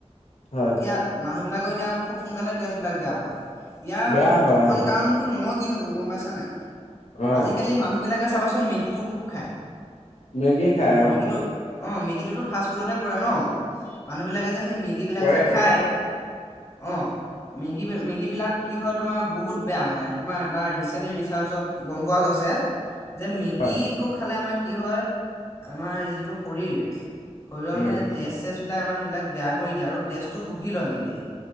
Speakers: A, on the left; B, on the left.
A: হয়,
B: এতিয়া মানুহবিলাকৰ এতিয়া খুব সোনকালে তেজ বিলাক বেয়া হয়। ইয়াৰ
A: বেয়া হয়
B: প্ৰধান
A: অ',
B: কাৰণতটো মই কি ভাবো গম পাইছানে নাই
A: অ',
B: আজিকালি মানুহবিলাকে চাবাচোন মেগীটো খুব খায়
A: মেগী খাই
B: মেগীটো
A: অ',
B: অ, মেগীটোতো ফাষ্ট ফুডতে পৰে ন? মানুহ বিলাকে যে সেই মেগী বিলাক
A: পৰে,
B: যে
A: পৰে,
B: খায় অ, মেগী মেগী বিলাক কি হয় তোমাৰ বহুত বেয়া মানে তোমাৰ এটা ৰিচাৰ্জট গম পোৱা গৈছে যে মেগী
A: হয়,
B: টো খালে আমাৰ কি হয় আমাৰ যিটো শৰীৰ শৰীৰৰ মানে
A: উম,
B: তেজ চেজ বিলাক আমাৰ সেইবিলাক বেয়া কৰি দিয়ে আৰু তেজটো সুহি লয় মেগীয়ে।